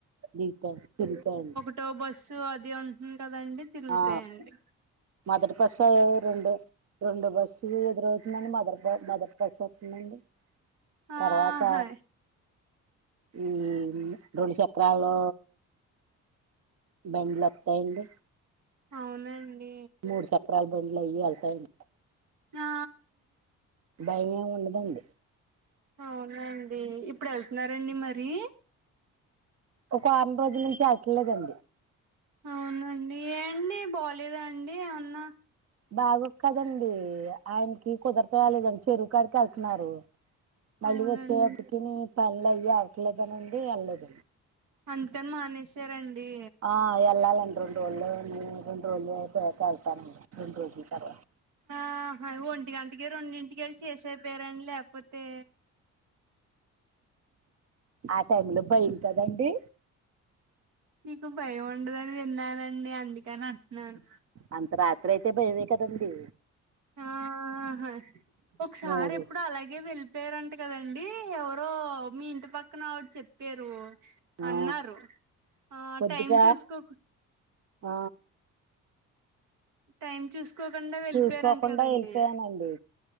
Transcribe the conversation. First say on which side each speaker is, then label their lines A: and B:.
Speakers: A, on the right (about 55°); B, on the right (about 80°).
A: దీత్త తిరుగుతాయండి
B: టో బస్సు అది ఉంటుంది కదండి తిరుగుతాయండి
A: ఆ మొదటి బస్సు రెండో రెండు బస్సు ఎదురవుతుందని మొదటి మొదటి స్ ఒత్తందండి
B: ఆహా
A: తర్వాత ఉమ్ రెండు చక్రాలు బండ్లు వత్తాయండి
B: అవునండి
A: మూడు చక్రాల బండ్లు అయ్యి వెళ్తాయండ్
B: హా
A: భయమే ఉండదండి
B: అవునండి ఇప్పుడు వెళ్త్నారండి మరి
A: ఒక వారం రోజుల నుంచి అవట్లేదండి
B: అవునండి ఏండి బాలేదా అండి ఏమన్నా?
A: బాగొద్ కదండి ఆయనకి కుదర్తలేదం చెరువుకాడికి వెళ్త్నారు మళ్ళీ
B: అవునండి
A: వచ్చేటప్పటికిని పనులు అయ్యి అవ్వట్లేదునిండి వెళ్ళేదు
B: అదుకని మానేసారా అండి
A: ఆ వెళ్ళాలండి రెండు రోజులు రెండు రోజులైతే వెళ్తానండి రెండు రోజుల తర్వాత
B: ఆహ ఒంటి గంటికి రెండింటికెళ్ళి చేసేయిపోయారండి లేపోతే
A: ఆ టైమ్ లో బైలు కదండి
B: నీకు భయం ఉండదని విన్నానండి అందుకని అంట్నాను
A: అంత రాత్రి అయితే భయమే కదండి
B: ఆహా ఒకసారి
A: మూడు
B: ఎప్పుడు అలాగే వెళ్ పేరంట కదండి ఎవరో మీ ఇంటి పక్కన ఆవిడ్ చెప్పారు
A: ఆ
B: అన్నారు ఆ
A: పొద్దుట
B: టైమ్ చూసుకోక్
A: ఆ
B: టైం చూస్కోకుండా వెళ్ళిపోయారంట
A: చూసుకోకుండా
B: కదండి
A: వెళ్ళిపోయానండి